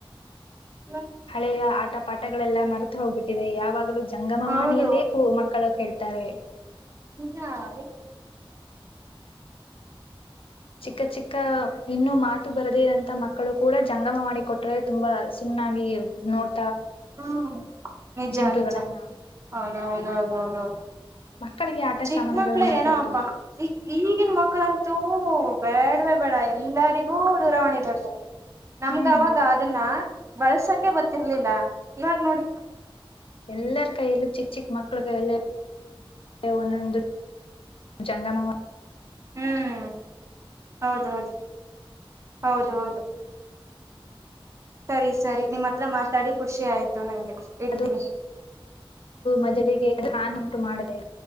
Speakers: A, on the right; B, on the left.
A: ಹ
B: ಹಳೆಯ ಆಟ ಪಾಠ ಮಟಗಳೆಲ್ಲಾ ಮರೆತು ಹೋಗುತ್ತಿದೆ ಯಾವಾಗಲೂ ಜಂಗಮವಾಣಿಯಲ್ಲೇ
A: ಹೌದು
B: ಕೂ ಮಕ್ಕಳ ಕ ತ್ತಾರೆ
A: ಹಾ ಎ
B: ಚಿಕ್ಕ ಚಿಕ್ಕ ಇನ್ನುೂ ಮಾತ್ರ ಬರದೇ ಇರಂತ ಮಕ್ಕಳು ಕೂಡ ಜಂಗಮ ಮಾಡಿ ಕೊಟ್ರೆ ತುಂಬಾ ಸುಮ್ನಾಗಿ ನೋಡ್
A: ಹ್ಮ್ ನಿಜ
B: ಚಿಂಟುಗಳನ್ನ
A: ನಿಜ ಹೌದೌದೌದೌದು ಹೌ
B: ಮಕ್ಕಳಿಗೆ ಆಟ
A: ಚಿಕ್ಕ
B: ಸಾಮಾನುಗಳನ್ನ
A: ಮಕ್ಳ ಏನ
B: ಕೊಡ್ತೀವಿ
A: ಹಬ್ಬಾ ಈಗಿನ ಮಕ್ಳಂತೂ ಹ ಬೇಡ ಬೇಡ್ವೆ ಬೇಡ ಎಲ್ಲರಿಗೂ ದೂರವಾಣಿ ಬೇಕು ನಮ್ಗ
B: ಹ್ಮ್
A: ಅವಾಗ ಅದನ್ನ ಬಳಸಕ ಗೊತ್ತಿರ್ಲಿಲ್ಲ ಇವಾಗ ನೋಡಿ
B: ಎಲ್ಲರ ಕೈಯಲ್ಲೂ ಚಿಕ್ಕ ಚಿಕ್ಕ ಮಕ್ಕಳ ಕೈಯಲ್ಲ ಒಂದೊಂದು ಜಂಗಮ
A: ಹ್ಮ್ ಹೌದ ಹೌದು ಹೌದ ಹೌದು ಸರಿ ಸರಿ ನಿಮ್ಮ್ ಹತ್ರ ಮಾತಾಡಿ ಖುಷಿ ಆಯ್ತು ನಂಗೆ ಇಡ್ತೀನಿ.
B: ಅದು ಮೊದಲಿಗೆ ಉಂಟು ಮಾಡ ಹ